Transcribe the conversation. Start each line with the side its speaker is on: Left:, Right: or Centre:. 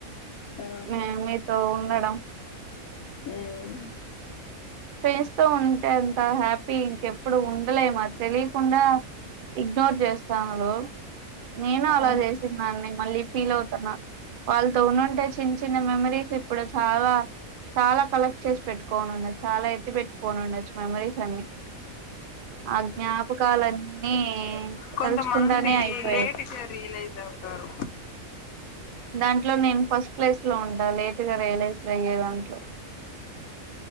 Left: ఆ
Right: మే మీతో ఉండడం
Left: హ్మ్
Right: ఫ్రెండ్స్ తో ఉంటే అంత హ్యాపీ ఇంకెప్పుడు ఉండలేం అద్ తెలియకుండా ఇగ్నోర్ చేస్తాను నేను అలా
Left: అవును
Right: చేసిన్నా అండి మళ్ళీ ఫీల్ అవుతున్న వాళ్ళతో ఉన్నుంటే చిన్న చిన్న మెమరీస్ ఇప్పుడు చాలా చాలా కలెక్ట్ చేసి పెట్టుకోని ఉన్నది. చాలా ఎత్తి పెట్టుకోని ఉండచ్చు మెమరీస్ అన్ని ఆ జ్ఞాపకాలన్నీ
Left: కొంతమంది
Right: తలుచుకుంటానే అయిపోయేది
Left: లేట్గా రియలైజ్ అవుతారు
Right: దాంట్లో నేను ఫస్ట్ ప్లేస్ లో ఉంటా లేటుగా రియలైజ్ అయ్యే దాంట్లో